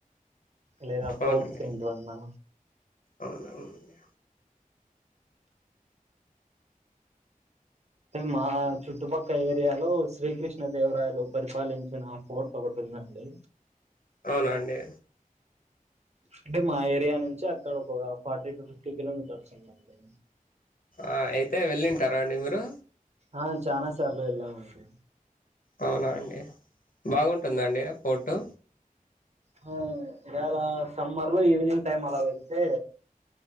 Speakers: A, on the right; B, on the left.
A: లేదా
B: అవునండి
A: ఫోర్ట్ ఏంటివన్నా
B: అవునవునండి
A: మా చుట్టుపక్క ఏరియాలో శ్రీకృష్ణ దేవరాయలు పరిపాలించిన ఫోర్ట్ ఒకటి ఉందండి
B: అవునా అండి
A: అంటే మా ఏరియా నుంచి అక్కడకు ఒక ఫార్టీ టు ఫిఫ్టీ కిలోమీటర్స్ ఉందండి
B: ఆ అయితే వెళ్ళింటారా అండి మీరు
A: ఆ చానా సార్లు వెళ్ళామండి
B: అవునా అండి బాగుంటుందా అండి ఫోర్టు
A: హా యాలా సమ్మర్ లో ఈవినింగ్ టైం అలా వెళ్తే